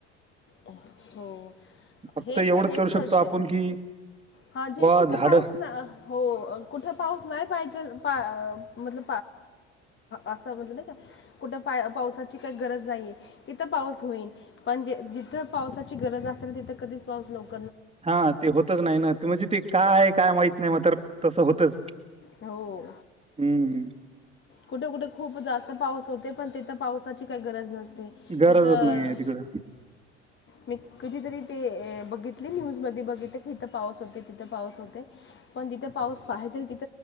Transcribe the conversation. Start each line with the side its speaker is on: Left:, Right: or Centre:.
Left: हो
Right: फक्त
Left: हेच,
Right: एवढंच
Left: हेच
Right: करू शकतो
Left: वर्ष
Right: आपण की
Left: हा जे
Right: बा
Left: कुठे
Right: झाड
Left: पाऊस ना हो हो कुठे पाऊस नाही पाहिजे मल असं म्ह कुठ पा पावसाची काही गरज नाहीय आहे तिथं पाऊस होईल पण जे तर पावसाची गरज असे ना तिथं कधीच पाऊस नव्हतो
Right: हा ते होतच नाही ना ते म्हणजे ते काय आहे काय माहित नाही म तर तसं होतच
Left: हो
Right: हम्म
Left: कुठे कुठे खूप जास्त पाऊस होते पण तिथं पावसाची काही गरज नसते
Right: गरजच
Left: तिथं
Right: नाही आहे तिकडं
Left: मी कधीतरी ते बघितले न्यूजमध्ये बघितले की इथं पाऊस होते तिथं पाऊस होते पण जिथे पाऊस पाहाजल तिथ